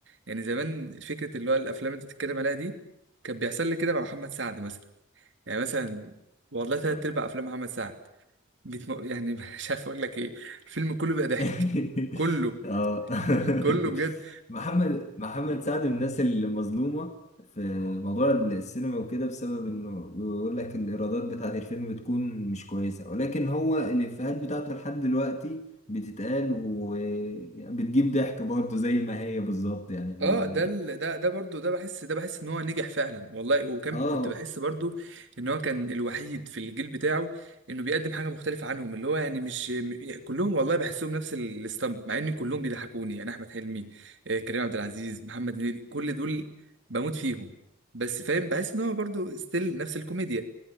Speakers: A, on the right; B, on the left.
A: يعني زمان فكره اللي هو الافلام اللي انت بتتكلم عليها دي كان بيحصل لي كده مع محمد سعد مثلا يعني مثلا والله تلات
B: اه
A: ارباع افلام محمد سعد بيتم... يعني <laughs> مش عارف اقول لك ايه الفيلم كله بقى ضحك
B: <laughs>
A: كله
B: آه.
A: كله
B: <laughs>
A: بجد
B: محمد محمد سعد من الناس المظلومة في موضوع السينما وكده بسبب انه بيقول لك الايرادات بتاعت الفيلم بتكون مش كويسة ولكن هو الافيهات بتاعته لحد دلوقتي بتتقال وبتجيب ضحك برضه زي ما هي بالظبط يعني ال...
A: اه ده ال... ده ده برضو ده بحس ده بحس ان هو نجح فعلا والله وكان
B: اه
A: كنت بحس برضو ان هو كان الوحيد في الجيل بتاعه انه بيقدم حاجه مختلفه عنهم اللي هو يعني مش م- كلهم والله بحسهم نفس ال- الستامب مع ان كلهم بيضحكوني يعني احمد حلمي آه، كريم عبد العزيز محمد هنيدي كل دول بموت فيهم بس فاهم بحس ان هو برضو ستيل نفس الكوميديا